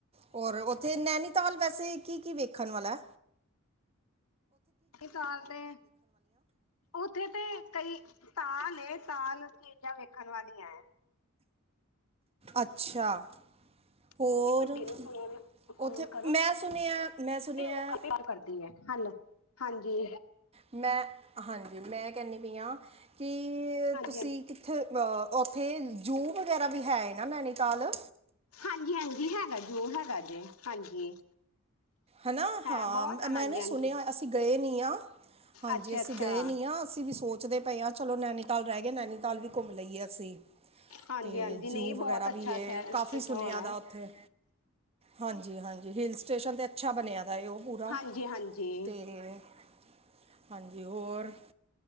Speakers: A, on the right (about 30°); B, on the left (about 85°).
A: ਹੋਰ। ਤੇ ਨੈਨੀਤਾਲ ਵੈਸੇ ਕੀ ਕੀ ਵੇਖਨ ਨਾਲੈ।
B: ਸਾਲ ਤੇ ਉੱਥੇ ਤੇ ਕਈ ਤਾਲ ਇਹ ਤਾਲ ਚੀਜ਼ਾਂ ਵੇਖਣ ਵਾਲੀਆਂ ਐ।
A: ਅੱਛਾ। ਹੋਰ
B: ਮੰਮੀ ਵੱਡੇ ਨੂੰ ਫੋ ਫੋਨ
A: ਉੱਥੇ
B: ਕਰੋ
A: ਮੈਂ ਸੁਣਿਆ ਮੈਂ ਸੁਣਿਆ
B: ਉਹ ਕ ਕਰਦੀ ਹੈ। ਹਾਂਜੀ।
A: ਮੈਂ ਹਾਂਜੀ। ਮੈਂ ਕੈਨੀਪਈ ਹਾਂ। ਕਿ
B: ਹਾਂਜੀ
A: ਤੁਸੀਂ
B: ਹਾਂਜੀ
A: ਕਿੱਥੇ ਅਹ ਉੱਥੇ ਜੂ ਵਗੈਰਾ ਵੀ ਹੈ। ਨੈਨੀ ਤਾਲ
B: ਹਾਂਜੀ ਹਾਂਜੀ ਹੈਗਾ ਜੋ ਹੈਗਾ ਜੇ ਹਾਂਜੀ।
A: ਹਨਾ
B: ਹੈ
A: ਹਾਂ,
B: ਬਹੁਤ
A: ਮੈਂ
B: ਹਾਂਜੀ
A: ਨਾ
B: ਹਾਂਜੀ
A: ਸੁਨਿਆ ਅਸੀਂ ਗਏ ਨੀ ਆ। ਹਾਂਜੀ,
B: ਅੱਛਾ
A: ਅਸੀਂ
B: ਅੱਛਾ
A: ਗਏ ਨੀ ਆ ਅਸੀਂ ਵੀ ਸੋਚਦੇ ਪਏ ਆ ਚਲੋ ਨੈਨੀਤਾਲ ਰਹਿ ਗਏ, ਨੈਨੀਤਾਲ ਵੀ ਘੁੰਮ ਲਈਏ ਅਸੀ
B: ਹਾਂਜੀ
A: ਤੇ
B: ਹਾਂਜੀ ਨਹੀਂ
A: ਜ਼ੂ ਵਗੈਰਾ
B: ਬਹੁਤ ਅੱਛਾ
A: ਵੀ ਏ
B: ਸ
A: ਕਾਫੀ ਸੁਨਆ
B: ਹੋਵੇ
A: ਦਾ ਉੱਥੇ ਹਾਂਜੀ ਹਾਂਜੀ ਹਿਲ ਸਟੇਸ਼ਨ ਤੇ ਅੱਛਾ ਬਨਿਆ। <unintelligible>
B: ਹਾਂਜੀ ਹਾਂਜੀ
A: ਹਾਂਜੀ, ਹੋਰ।